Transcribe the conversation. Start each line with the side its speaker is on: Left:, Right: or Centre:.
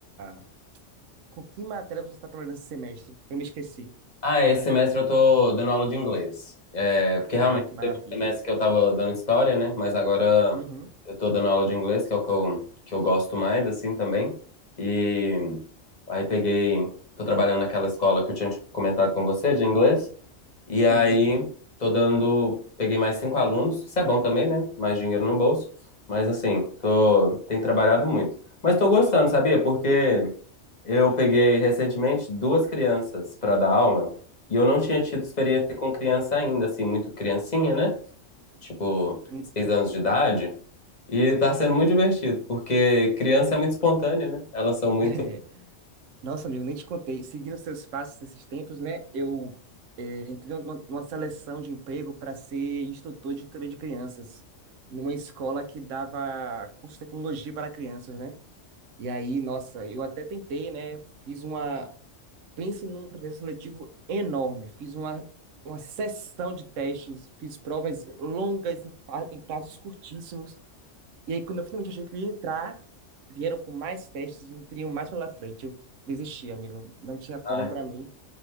Right: a- com que matéria você está trabalhando esse semestre? Que eu me esqueci.
Left: Ah, esse semestre eu tô dando aula de inglês. É, porque realmente
Right: Ah, que maravilha.
Left: teve um semestre que eu tava dando história, né? Mas agora
Right: Uhum.
Left: eu tô dando aula de inglês, que é o que eu, que eu gosto mais, assim, também. E aí peguei, tô trabalhando naquela escola que eu tinha te comentado com você, de inglês. E aí
Right: Sim,
Left: tô dando, peguei mais cinco alunos. Isso é bom também, né? Mais dinheiro no bolso. Mas assim, tô, tenho trabalhado muito. Mas tô gostando, sabia? Porque eu peguei recentemente duas crianças para dar aula. E eu não tinha tido experiência
Right: sim.
Left: com criança ainda, assim, muito criancinha, né? Tipo,
Right: Hum.
Left: seis anos de idade. E tá sendo muito divertido, porque criança é muito espontânea, né? Elas são
Right: <laughs>
Left: muito.
Right: É. Nossa, amigo, nem te contei. Seguindo seus passos nesses tempos, né? Eu é, entrei numa numa seleção de emprego para ser instrutor de também de crianças, numa escola que dava curso de tecnologia para crianças, né? E aí, nossa, eu até tentei, né? Fiz uma. Pense num processo seletivo enorme. Fiz uma, uma sessão de testes, fiz provas longas em, pa- em prazos curtíssimos. E aí, quando eu finalmente achei que eu ia entrar, vieram com mais testes e me teriam mais pela frente. Eu desisti, amigo. Não tinha como
Left: Ai,
Right: pra mim.